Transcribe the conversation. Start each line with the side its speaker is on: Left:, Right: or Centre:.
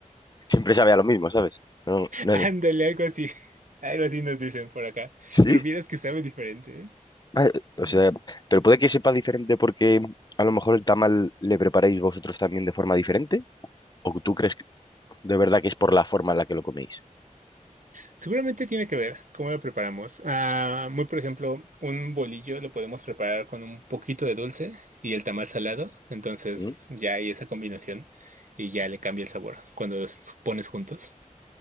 Left: siempre sabe a lo mismo, ¿sabes? No, no-
Right: ándale, algo así. <laughs> Algo así nos dicen por acá.
Left: ¿Sí?
Right: Pero vieras que sabe diferente, ¿eh?
Left: Ah,
Right: Sí.
Left: o sea, pero puede que sepa diferente porque a lo mejor el tamal le preparáis vosotros también de forma diferente, o tú crees que- de verdad que es por la forma en la que lo coméis.
Right: Seguramente tiene que ver cómo lo preparamos. Ah, muy por ejemplo, un bolillo lo podemos preparar con un poquito de dulce y el tamal salado. Entonces
Left: ¿Mm?
Right: ya hay esa combinación y ya le cambia el sabor cuando los pones juntos.